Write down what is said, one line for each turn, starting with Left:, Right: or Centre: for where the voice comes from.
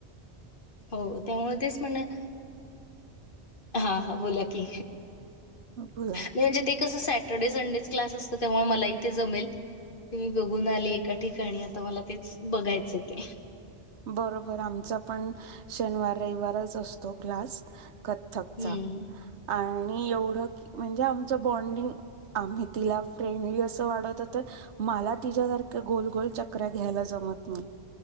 Left: हो त्यामुळ तेच म्हणण. हा हा बोला की
Right: बोला
Left: म्हणजे ते कस स सॅटर्डे संडेच क्लास असतो त्यामुळे मला इथे जमेल. ते मी बघून आले एका ठिकाणी आता मला तेच बघायचे ते
Right: बरोबर आमचा पण शनिवार रविवारच असतो क्लास क्थकचा
Left: हम्म.
Right: आणि मी येवढ म्हणजे आमच बॉडिंग आम्ही तिया फ्रेंड आहे अस वाट्त होत. मला तिच्यासारख्या गोल गोल चक्र्या घ्यायला जमत नाही.